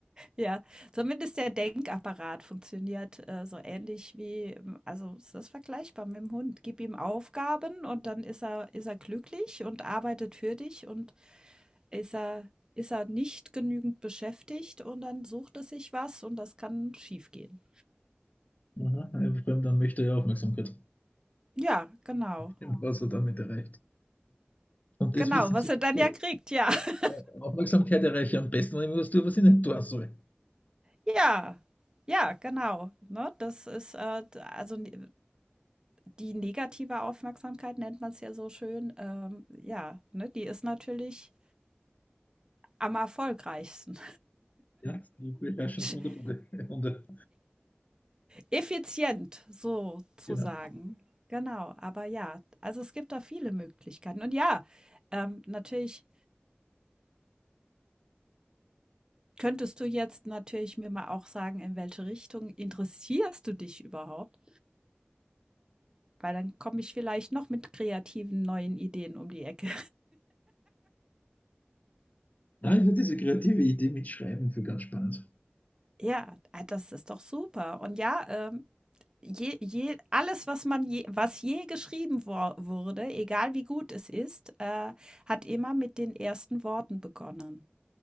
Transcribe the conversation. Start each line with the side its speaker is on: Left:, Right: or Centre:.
Right: Ja, zumindest der Denkapparat funktioniert, äh, so ähnlich wie, ähm, also es ist vergleichbar mit dem Hund. Gib ihm Aufgaben und dann ist er, ist er glücklich und arbeitet für dich und ist er, ist er nicht genügend beschäftigt und dann sucht er sich was und das kann schiefgehen.
Left: Aha, ein Fremder möchte er ja Aufmerksamkeit.
Right: Ja, genau.
Left: Was er damit erreicht. Und das
Right: Genau,
Left: wissen
Right: was
Left: sie
Right: er dann
Left: gut.
Right: ja kriegt, ja. <laughs>
Left: Ja, Aufmerksamkeit erreiche ich am besten, wenn ich was tue, was ich nicht tun soll.
Right: Ja. Ja, genau. Ne, das ist äh, also n- die negative Aufmerksamkeit nennt man es ja so schön, ähm, ja, ne, die ist natürlich am erfolgreichsten.
Left: Ja, beherrschen
Right: <laughs>
Left: wunderbar. <laughs> Wunder.
Right: Effizient, so zu
Left: Genau.
Right: sagen. Genau, aber ja, also es gibt da viele Möglichkeiten. Und ja, ähm, natürlich könntest du jetzt natürlich mir mal auch sagen, in welche Richtung interessierst du dich überhaupt? Weil dann komme ich vielleicht noch mit kreativen neuen Ideen um die Ecke.
Left: Nein, ich finde diese kreative Idee mit Schreiben für ganz spannend.
Right: Ja, ah, das ist doch super. Und ja, ähm, je je alles, was man je was je geschrieben wor wurde, egal wie gut es ist, äh, hat immer mit den ersten Worten begonnen.